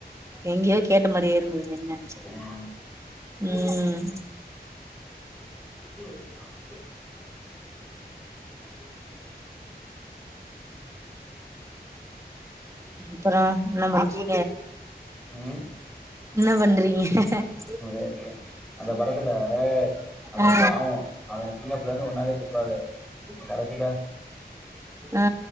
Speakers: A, on the right; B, in the centre.
A: எங்கயோ கேட்ட மாரியே இருந்தது என்ன
B: ம்.
A: ம்
B: உஹ
A: அப்றோ என்ன வ <unintelligible> க்கு
B: ம்.
A: என்ன பன்றி <inaudible>
B: ஒத எதி அந்த படத்துல அவ
A: ஆ
B: பாவோ அவ சின்ன புள்ளருந்து ஒன்னாவே திரி தெரியாது கடைசில
A: ஆ ஆ